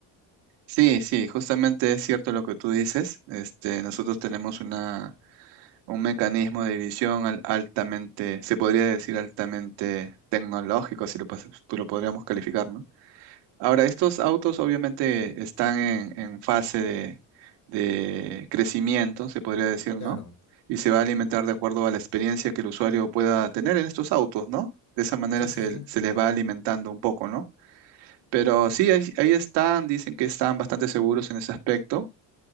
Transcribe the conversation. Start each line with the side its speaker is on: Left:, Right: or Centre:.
Right: Sí, sí, justamente es cierto lo que tú dices. Este, nosotros tenemos una, un mecanismo de visión al- altamente, se podría decir altamente tecnológico, si lo, pas- tú lo podríamos calificar, ¿no? Ahora, estos autos obviamente están en, en fase de, de crecimiento, se podría decir, ¿no?
Left: Claro.
Right: Y se va a alimentar de acuerdo a la experiencia que el usuario pueda tener en estos autos, ¿no? De esa manera
Left: Sí,
Right: se,
Left: sí, sí.
Right: se les va alimentando un poco, ¿no? Pero sí, ahí, ahí están, dicen que están bastante seguros en ese aspecto.